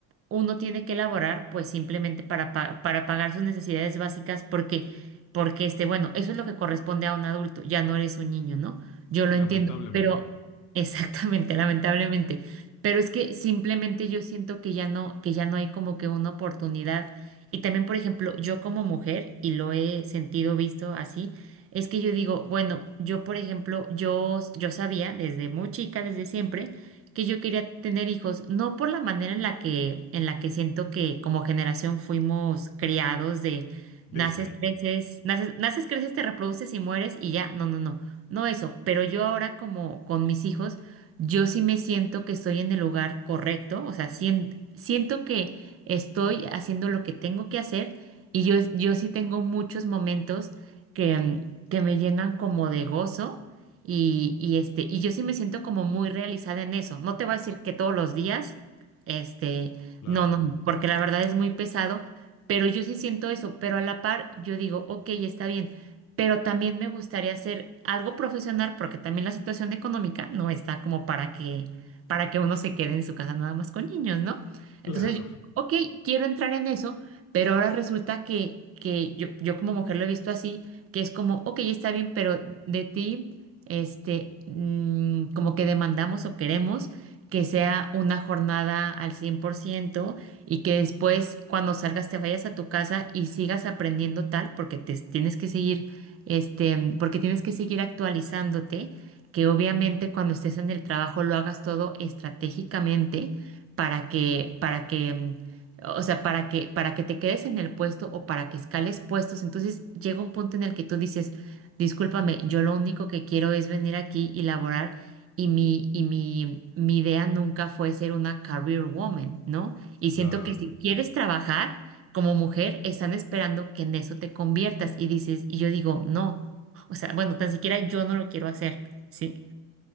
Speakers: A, on the right; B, on the left.
A: uno tiene que elaborar, pues simplemente para, pa- para pagar sus necesidades básicas, porque, porque este, bueno, eso es lo que corresponde a un adulto, ya no eres un niño, ¿no? Yo
B: Lamentablemente.
A: lo entiendo, pero exactamente, <laughs> lamentablemente. Pero es que simplemente yo siento que ya no, que ya no hay como que una oportunidad. Y también, por ejemplo, yo como mujer, y lo he sentido, visto así, es que yo digo, bueno, yo por ejemplo, yo, yo sabía desde muy chica, desde siempre, que yo quería tener hijos, no por la manera en la que, en la que siento que como generación fuimos criados de
B: Disney,
A: naces, creces, naces, naces, creces, te reproduces y mueres y ya, no, no, no, no eso, pero yo ahora como con mis hijos, yo sí me siento que estoy en el lugar correcto, o sea, sien- siento que estoy haciendo lo que tengo que hacer y yo, yo sí tengo muchos momentos que, que me llenan como de gozo y, y, este, y yo sí me siento como muy realizada en eso. No te voy a decir que todos los días, este,
B: claro,
A: no, no, no, porque la verdad es muy pesado, pero yo sí siento eso, pero a la par yo digo, ok, está bien, pero también me gustaría hacer algo profesional porque también la situación económica no está como para que, para que uno se quede en su casa nada más con niños, ¿no?
B: claro,
A: Entonces yo, ok, quiero entrar en eso, pero ahora resulta que, que yo, yo como mujer lo he visto así que es como, ok, está bien, pero de ti, este, mm, como que demandamos o queremos que sea una jornada al 100% y que después cuando salgas te vayas a tu casa y sigas aprendiendo tal, porque te tienes que seguir, este, porque tienes que seguir actualizándote, que obviamente cuando estés en el trabajo lo hagas todo estratégicamente para que, para que mm, o sea, para que, para que te quedes en el puesto o para que escales puestos, entonces llega un punto en el que tú dices, discúlpame, yo lo único que quiero es venir aquí y laborar y mi, y mi, mi idea nunca fue ser una career woman, ¿no? Y
B: claro.
A: siento que si quieres trabajar como mujer, están esperando que en eso te conviertas y dices, y yo digo, no, o sea, bueno, tan siquiera yo no lo quiero hacer, ¿sí?